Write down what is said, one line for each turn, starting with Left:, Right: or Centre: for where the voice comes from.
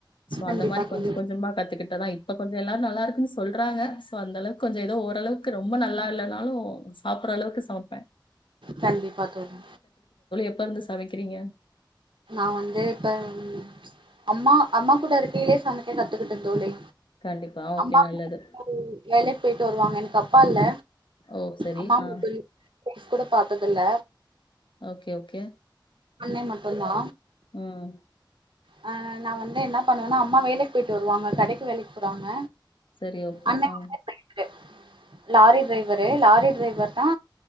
Left: சோ
Right: கண்டிப்பா
Left: அந்த மாரி
Right: தோழி
Left: கொஞ்ச கொஞ்சமா கத்துக்கிட்டு தா இப்ப கொஞ் எல்லாரு நல்லா இருக்குன்னு சொல்றாங்க சோ அந்தளவுக் கொஞ்சோ ஏதோ ஓரளவுக்கு ரொம்ப நல்லா இல்லனாலு சாப்பிற அளவுக்கு சமப்பே
Right: கண்டிப்பா தோழி
Left: எப்ப இருந்து சமைக்கிறீங்க?
Right: நான் வந்து இப்ப ம் ச்ச் அம்மா அம்மா கூட இருக்கையிலே சமைக்க கத்துக்கிட்டே தோழி
Left: கண்டிப்பா. ஓகே
Right: அம்மா <inaudible>
Left: நல்லது.
Right: வேலைக் போய்ட்டு வருவாங்க எனக்கு அப்பா இல்ல
Left: ஓ! சரி.
Right: அம்மா
Left: ஆ.
Right: மட்டுந் <inaudible> கூட பாத்ததில்ல
Left: ஓகே, ஓகே.
Right: அண்ணே மட்டுந்தா
Left: ம்.
Right: ஆ நா வந்து என்ன பண்ணுவனா அம்மா வேலைக்கு போயிட்டு வருவாங்க கடைக்கு வேலைக் போறாங்க
Left: செரி ஓகே
Right: அண்ணே
Left: ஆ
Right: வந்து லாரி டிரைவரு லாரி டிரைவர் தா